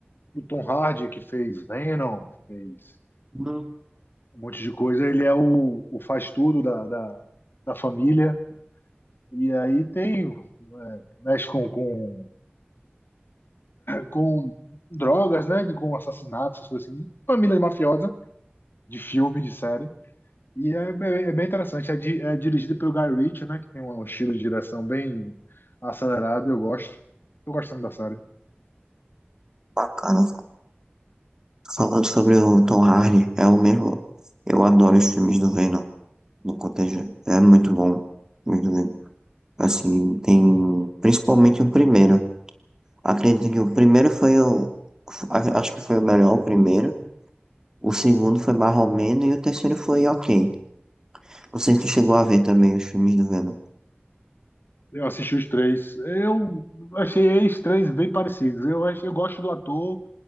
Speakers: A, on the left; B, on the right.
A: o Tom Hardy, que fez Venom, fez
B: Hum,
A: um monte de coisa. Ele é o, o faz tudo da, da, da família. E aí tem, é, mexe com, com, com drogas, né? Com assassinatos, essas coisas assim. Família mafiosa, de filme, de série. E é, bem- é bem interessante. É, di- é dirigido pelo Guy Ritchie, né? Que tem um estilo de direção bem acelerado. Eu gosto. Tô gostando da série.
B: Bacana, Falando sobre o Tom Hardy, é o mesmo. Eu adoro os filmes do Venom, do Contagion. É muito bom. Muito bem. Assim, tem. Principalmente o primeiro. Acredito que o primeiro foi o. a- Acho que foi o melhor, o primeiro. O segundo foi mais ou menos e o terceiro foi ok. Não sei se tu chegou a ver também os filmes do Venom.
A: Eu assisti os três. Eu achei os três bem parecidos. Eu, achei, eu gosto do ator,